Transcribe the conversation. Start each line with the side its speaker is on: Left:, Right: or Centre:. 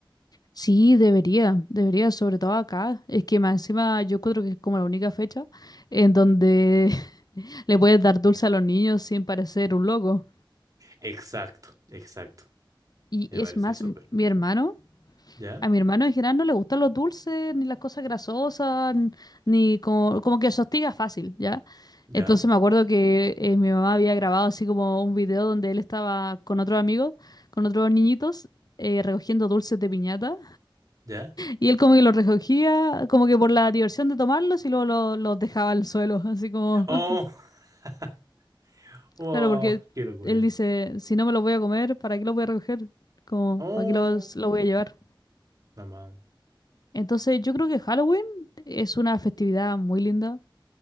Left: Sí, debería, debería, sobre todo acá. Es que más encima yo creo que es como la única fecha en donde <laughs> le puedes dar dulce a los niños sin parecer un loco.
Right: Exacto, exacto.
Left: Y
Right: Me
Left: es
Right: parece
Left: más,
Right: súper.
Left: m- mi hermano.
Right: ¿Ya?
Left: A mi hermano en general no le gustan los dulces, ni las cosas grasosas, n- ni como, como que se hostiga fácil, ¿ya?
Right: ¿Ya?
Left: Entonces me acuerdo que eh, mi mamá había grabado así como un video donde él estaba con otro amigo, con otros niñitos, eh, recogiendo dulces de piñata.
Right: ¿Ya?
Left: Y él como que los recogía, como que por la diversión de tomarlos y luego lo- los dejaba al suelo, así como...
Right: ¡Oh!
Left: <laughs>
Right: <laughs> ¡Wow!
Left: Claro, porque
Right: ¡Qué locura!
Left: él dice, si no me los voy a comer, ¿para qué los voy a recoger? Como,
Right: ¡Oh!
Left: ¿para qué los, los voy a llevar?
Right: Mamá.
Left: Entonces, yo creo que Halloween es una festividad muy linda